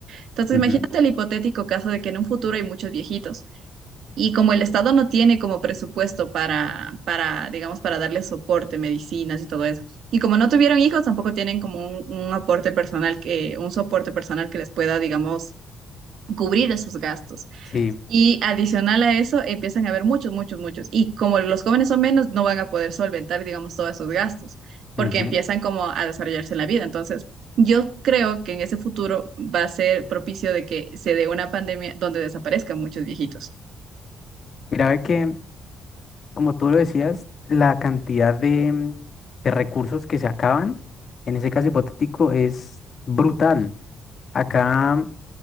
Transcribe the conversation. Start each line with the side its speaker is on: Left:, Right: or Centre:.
Right: Entonces,
Left: ujú,
Right: imagínate el hipotético caso de que en un futuro hay muchos viejitos y como el Estado no tiene como presupuesto para, para, digamos, para darle soporte, medicinas y todo eso, y como no tuvieron hijos, tampoco tienen como un, un aporte personal que, un soporte personal que les pueda, digamos, cubrir esos gastos.
Left: sí,
Right: Y adicional a eso, empiezan a haber muchos, muchos, muchos. Y como los jóvenes son menos, no van a poder solventar, digamos, todos esos gastos, porque
Left: ujú.
Right: empiezan como a desarrollarse en la vida. Entonces, yo creo que en ese futuro va a ser propicio de que se dé una pandemia donde desaparezcan muchos viejitos.
Left: Mira, ve que, como tú lo decías, la cantidad de, mm, de recursos que se acaban, en ese caso hipotético, es brutal. Acá